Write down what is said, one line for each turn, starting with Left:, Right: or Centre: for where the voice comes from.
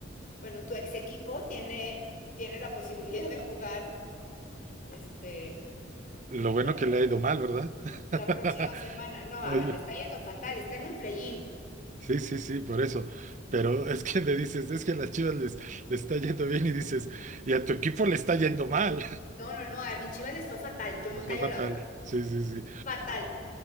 Left: bueno, tu ex equipo tiene, tiene la posibilidad de jugar este,
Right: lo bueno
Left: la,
Right: que le ha ido mal, ¿verdad?
Left: la
Right: <laughs>
Left: próxima semana. No, a
Right: Oye.
Left: ver, le está yendo fatal, está en un play-in.
Right: Sí, sí, sí, por eso. Pero es que le dices, es que a las Chivas les, les está yendo bien y dices, y a tu equipo le está yendo mal.
Left: No, no, no, a mis Chivas les fue fatal, yo me
Right: <laughs>
Left: callo
Right: Fue fatal.
Left: la boca.
Right: Sí, sí, sí.
Left: Fatal.